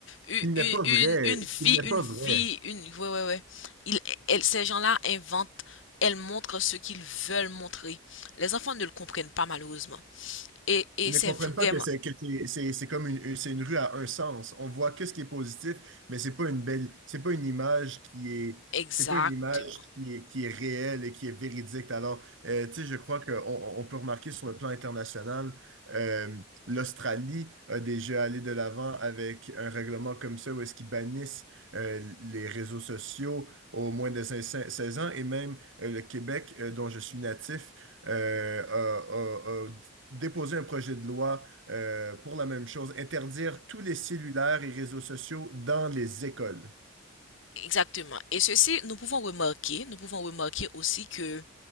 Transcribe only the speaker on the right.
qu'il n'est pas
vrai,
qu'il n'est
pas
vrai.
Ils ne
comprennent
pas que c'est que c'est c'est- c'est comme une, une- c'est une rue à un sens. On voit qu'est-ce qui est positif, mais c'est pas une belle, c'est pas une image qui est,
c'est pas une image qui est, qui est réelle et qui est véridique. Alors, euh, tu sais, je crois qu'on on on peut remarquer sur le plan international, euh, l'Australie a déjà allé de l'avant avec un règlement comme ça où est-ce qu'ils bannissent euh, les réseaux sociaux au moins de seize seize ans et même euh, le Québec, euh, dont je suis natif, euh, a, a- a déposer un projet de loi euh, pour la même chose, interdire tous les cellulaires et réseaux sociaux dans les écoles.